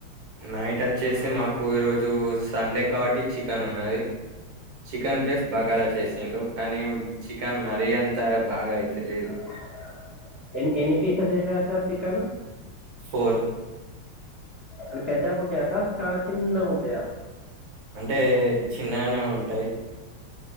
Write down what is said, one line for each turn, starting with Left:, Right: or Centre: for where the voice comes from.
Right: నైట్ వచ్చేసి మాకు ఈరోజు సండే కాబట్టి చికెన్ ఉన్నది చికెన్ ప్లస్ బగారా చేసిండు కానీ చికెన్ మరీ అంత బాగా అయితే లేదు
Left: ఆ ఎ ఎన్ని పీసెస్ వేసేస్తారు సార్ చికను
Right: ఫోర్
Left: అ పెద్దగా ఉంటాయా సార్ చాలా చిన్నగా ఉంటాయా
Right: అంటే చిన్నగానే ఉంటాయి